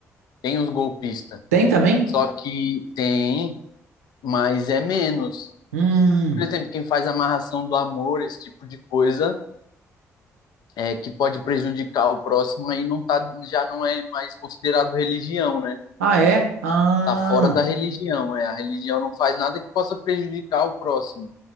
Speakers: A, on the left (about 60°); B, on the right (about 80°).
A: tem os golpistas,
B: tem também?
A: só que tem, mas é menos.
B: Hum.
A: Por exemplo, quem faz amarração do amor, esse tipo de coisa, é, que pode prejudicar o próximo, aí não tá, já não é mais considerado religião, né?
B: Ah, é? Ah,
A: Tá fora da religião, é. A religião não faz nada que possa prejudicar o próximo.